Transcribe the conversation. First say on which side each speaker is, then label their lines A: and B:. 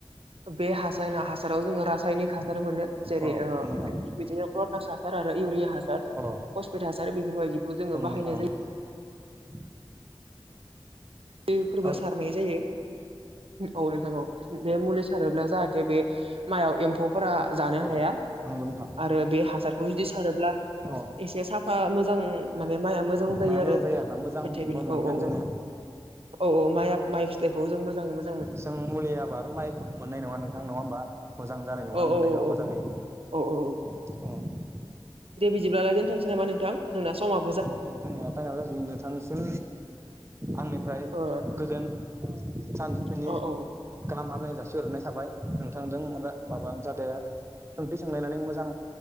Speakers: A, on the right; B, on the right.
A: बे हासायना हासाराव जोङो रा रासायनिक हासार मोनो जेरै
B: अ
A: ओ
B: नंगौ नोंथां
A: बिदिनो कटास हासार आरो इउरिया हासार
B: अ
A: कस्पेट हासार बेफोरबायदिखौ जोङो
B: औ नोंथां
A: बाहायनाय जायो।
B: <inaudible>
A: दै फोरबो
B: औ
A: सारनाय जायो औ नोंथां औ बे मुलि सारोब्ला जाहा थे बे माइआव एमफौफोरा जानो
B: औ
A: हाया
B: नंगौ नोंथां
A: आरो बे हासारखौ जुदि सारोब्ला
B: अ
A: एसे साफा मोजां माने माइआ मोजां जायो
B: माया
A: आरो
B: आरोना मोजांबो
A: खोथाया बिनो
B: मोनगोन
A: औ औ
B: जोङो
A: औ औ औ मा माइ फिथाइखौ जों मोजाङै मोन
B: जों मुलि आबाद माइखौ मोननाय नङा नोंथां नङा होमबा मोजां जानाय नङा
A: औ
B: मोननाय
A: औ
B: नङा
A: औ
B: मोजाङै
A: औ औ
B: नोंथां
A: दे बिदिब्लालाय दोनथ'नोसै नामा नोंथां जोंना समा
B: आ जोंनिया टाइमआ जासै नोंथांसिम आंनिफ्राय
A: ओ
B: गोजोन सानजौफैनि
A: औ औ
B: गाहाम हामनायनि जासिहरनाय थाबाय नोंथांजों माबा <unintelligible> सोंथि सोंलायनानै मोजां